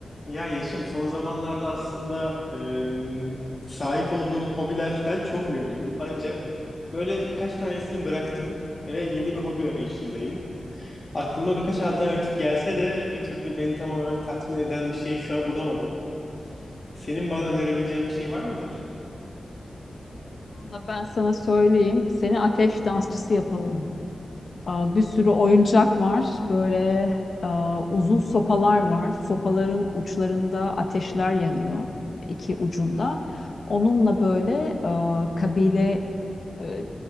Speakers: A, on the left; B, on the left.
A: Ya Yeşim son zamanlarda aslında e, sahip olduğum hobilerden çok memnunum. Ancak böyle birkaç tanesini bıraktım ve yeni bir hobi arayışındayım. Aklıma birkaç alternatif gelse de bir türlü beni tam olarak tatmin eden bir şey şu an bulamadım. Senin bana önerebileceğin bir şey var mıdır?
B: Valla ben sana söyleyeyim. Seni ateş dansçısı yapalım. Aa, bir sürü oyuncak var. Böyle aa, uzun sopalar var. Sopaların uçlarında ateşler yanıyor. iki ucunda. Onunla böyle aa, kabile e,